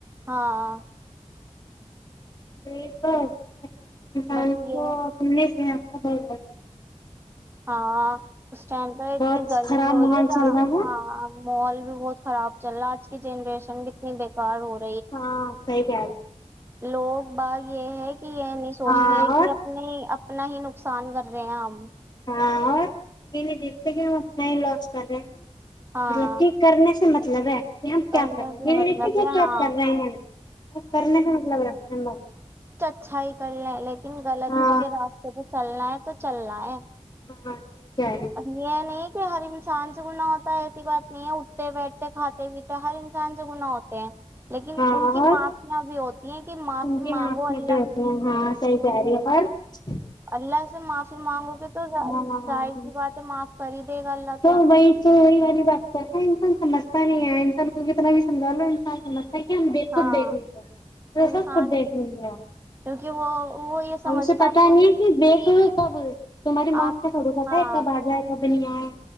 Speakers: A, on the right; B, on the left.
A: ہاں
B: یہ تو انسان
A: بس
B: کو
A: یہ
B: اپنے سے ب
A: ہاں اس ٹائم پہ اتنی
B: بہت
A: گرمی
B: خراب
A: ہو
B: ماحول
A: رہی ہے تھا
B: چل رہا ہے
A: ہاں مال بھی بہت خراب چل رہا آج کی جنریشن کتنی بےیکار ہو رہ
B: ہاں صحیح کہہ رہی ہوں
A: لوگ باغ یہ ہے کہ یہ نہیں سوچتے
B: ہاں
A: کہ
B: اور
A: اپنے اپنا ہی نقصان کر رہے ہیں ہم
B: ہاں اور یہ نہیں دیکھتے کہ ہم اپنا ہی لوس کر رہے ہیں
A: ہاں
B: مطلب کہ کرنے سے مب مطلب ہے ہمپ
A: کرنے
B: کیا کر رہے ہیں
A: سے
B: میرے
A: مطلب ہے
B: کیاپ
A: ہاں
B: کر رہے ہیں کرنے سے مطلب
A: اچھائی کر ل لائک غلط
B: ہاں
A: کے راستے پہ چلنا ہے تو چل رہا ہے
B: ہاں ہاں صحیح کہہ رہی ہے،
A: یہ نہیں کہ ہرن انسان سے گنااہ ہوتا ہے ایسی بات نہیں ہے اٹھتے بیٹھتے کھاتے پیتے ہر انسان سے گنا ہوتے ہیں لیکن
B: ہاں
A: ان کی
B: اور
A: معافیاں بھی ہوتی ہیں کہ
B: ان کی
A: مانگو
B: معافی
A: اللہ
B: میں ر ہاں صحیح کہہ رہی ہے پر ہ
A: اللہ سے معافی مانگو گے تو ظاہر
B: ہاں
A: سی بات ہے معاف کر ہی دے گا اللہ
B: تو وہی تو وہی والی بات کر ہے کون سمج پتہ نہیں ہے انسان کو کتنا بھی سجھ لو انسان کو کہ ہم دیک
A: ہاں
B: خود دیکھ لیں گے
A: انسان
B: سب خود دیکھ لوں گے ا
A: کیونکہ وہ وہ یہ سمجھتا
B: اسے پتا
A: اب دن
B: نہیں ہے کہ دیکھ ل کب تمہاری موت
A: آپ
B: کا تھوڑے پتا
A: ہاں
B: ہے کب آ جائے کب بنیا ہے